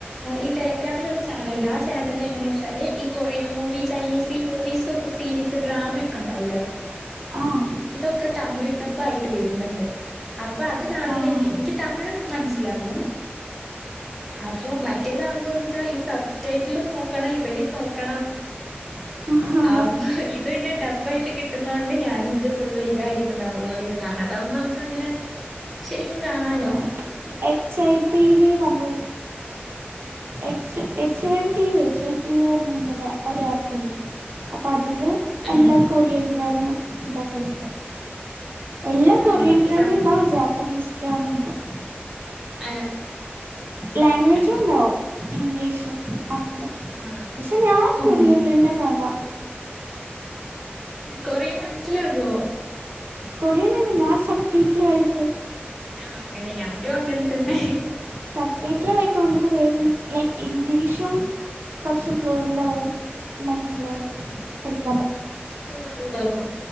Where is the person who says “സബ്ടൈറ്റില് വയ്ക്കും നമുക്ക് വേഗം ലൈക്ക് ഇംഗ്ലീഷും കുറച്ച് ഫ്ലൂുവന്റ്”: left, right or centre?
Right